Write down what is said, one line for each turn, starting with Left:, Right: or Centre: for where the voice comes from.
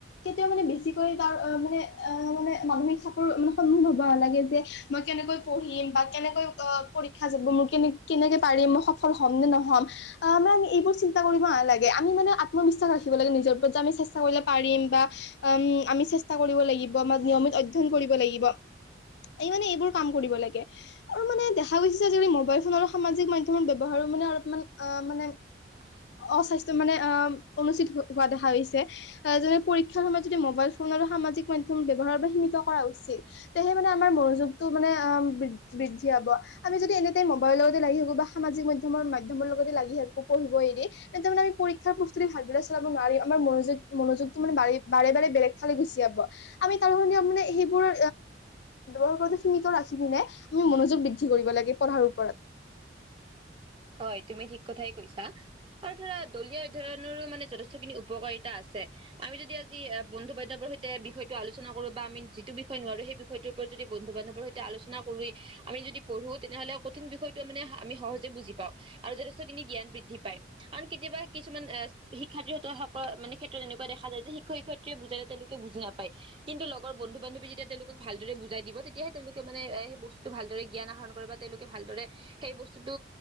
Left: কেতিয়াও মানে বেছিকৈ তাৰ অ মানে অ মানে মামী চাপৰ মানে সন্মমান <unintelligible> হব নালাগে যে, মই কেনে কেনেকৈ পঢ়িম বা কেনেকৈ অ' পৰীক্ষা যাব মোৰ কেনে কেনেকে পাৰিম মই সফল হ'ম নে নহ'ম। ম এইবোৰ চি - কৰিব নালাগে। আমি মানে আত্মবিশ্বাস ৰাখিব লাগে, নিজৰ ওপৰত আমি চেষ্টা কৰিলে পাৰিম বা উম আমি কৰিব লাগিব, নিয়মিত অধ্যয়ন কৰিব লাগিব। এই মানে এইবোৰ কাম কৰিব লাগে আৰু মানে দেখা গৈছে যে, যদি মোবাইল ফোন আৰু সামাজিক মাধ্যমৰ ব্যৱহাৰ মান অলপমান অ' মানে,
Right: হয় <unintelligible>
Left: অস্বাস্থ্য মানে অ' অনুচিত হোৱা দেখা হৈছে। যেনে পৰীক্ষাৰ সময়ত যদি মোবাইল ফোনৰ- সামাজিক মাধয়ম ব্যৱহাৰৰ সীমিত কৰা উচিত। তেহে মানে আমাৰ মনোযোগটো মানে বৃ- দ্ধি হ'ব। আমি যদি এনিটাইম মবালইৰ লগতে লাগি থাকো বা সামাজিক মাধ্যমৰ মাধ্যম লগতে লাগি থাকো পঢ়িব এৰি, তাৰানেমি <unintelligible> পৰীক্ষাৰ প্ৰস্তুতি ভালদৰে চলাব নোৱাৰিম, আমাৰ মনোযোগ মনোযোগটো মান বাৰে বাৰে বাৰে বেলেগ ফালে গুচি, আমি তাৰ মানে সেইবোৰ, ৰো সীমিত ৰাখি পিনে আমি মনোযোগ বৃদ্ধি কৰিব লাগে পঢ়াৰ ওপৰত।
Right: <inaudible> হয় তুমি ঠিক কথাই কৈছা আৰু ধৰা দলিয় অধ্যয়নৰো মানে যথেষ্টখিনি উপকাৰিতা আছে। আমি যদি আজি বন্ধু বান্ধৱৰ সৈতে বিষয়টো আলোচনা কৰো বা আমি যিটো বিষয় নোৱাৰো, সেই বিষয়টোৰ ওপৰত - যদি বন্ধু বান্ধৱৰ সৈতে আলোচনা কৰি আমি যদি পঢ়ো, তেনেহ'লে কঠিন বিষয়টো মানে আমি সহজে বুজিম। আৰু যথেষ্টখিনি জ্ঞান বৃদ্ধি পায়, কাৰণ কেতিয়াবা কিছুমান শিক্ষাৰ্থ মানে ক্ষেত্ৰত- তেনেকুৱা দেখ য যে শিক্ষ শিক্ষয়ে বুজালে তেওঁলোকে বুজ নাপায়, কিন্ত লগৰ বন্ধু বান্ধৱী যেতিয়া তেওঁলোকক ভালদৰে বুজাই দিব, তেতিয়াহে তেওঁলোকে মানে সেই বস্তুটো ভালদৰে জ্ঞান আহৰণ কৰিব বা তেওঁলোকে ভালদৰে সেই বস্তুটো